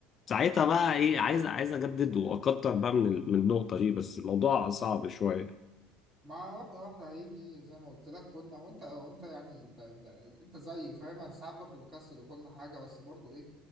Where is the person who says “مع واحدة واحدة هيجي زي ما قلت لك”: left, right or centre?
Right